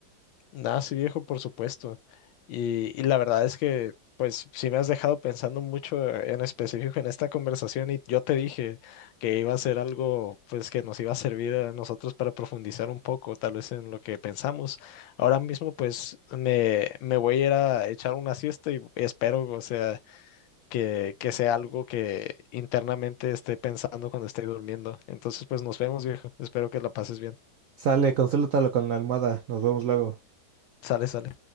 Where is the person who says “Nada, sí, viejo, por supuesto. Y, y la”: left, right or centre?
Left